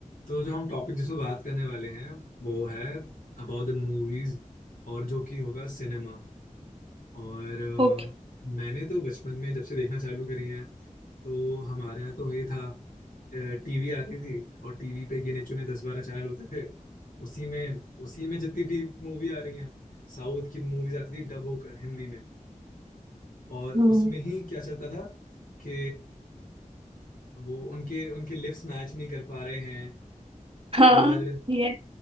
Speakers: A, on the left; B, on the right.
A: तो जो हम टॉपिक जिस पर बात करने वाले हैं वो है अबाउट द मूवीज और जो कि होगा सिनेमा और अ,
B: Okay
A: मैंने तो बचपन में जब से देखना चालू करी है तो हमारे यहाँ तो ये था टीवी आती थी और टीवी पे गिने चुने दस बारह चैनल होते थे उसी में उसी में जितनी भी मूवी आ रही हैं साउथ की मूवीज आती थी डब होकर हिंदी में और
B: हम्म
A: उसमें ही क्या चलता था कि वो उनके उनके लिप्स मैच नहीं कर पा रहे हैं
B: हाँ
A: और
B: ये